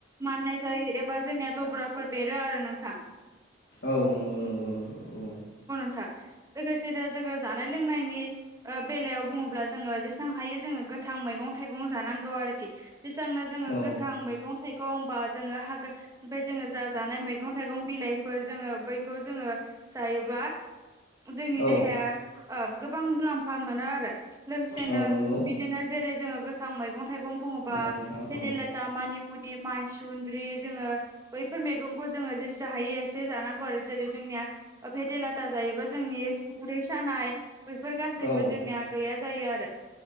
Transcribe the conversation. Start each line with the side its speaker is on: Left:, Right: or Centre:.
Right: माननाय जायो एबा जोंनिया दब्राफोर बेरो आरो नोंथां।
Left: औ नंगौ नंगौ नंगौ औ।
Right: लोगोसेनो जोङो जानाय लोंनायनि बेलायाव बुङोब्ला जोङो जेसेबां हायो जोङो गोथां मैगं थाइगं जानांगौ आरोखि। जेसांनो जोङो
Left: औ
Right: गोथां मैगं थाइगं बा जोङो हागा ओमफ्राय जोङो जा जानाय मैगं थाइगं बिलाइफोर जोङो बैखौ जोङो जायोब्ला जोंनि
Left: औ
Right: देहाया। ओ गोबां मुलाम्फा मोनो आरो लोगोसेनो
Left: औ नंगौ
Right: बिदिनो जेरै जोङो गोथां मैगं थाइगं बुङोबा
Left: नंगौ नोंथां
Right: फेदिलथा
Left: औ
Right: मानि मु नि माइ सुन्द्रि जोङो बैफोर मैगंखौ जोङो जेसे जा हायो एसे जानांगौ आरो जेरै जोंनिया भेदेलाथा जायोबा जोंनि उदै सानाय बैफोर गासैबो
Left: औ
Right: जोंनिया गैया जायो आरो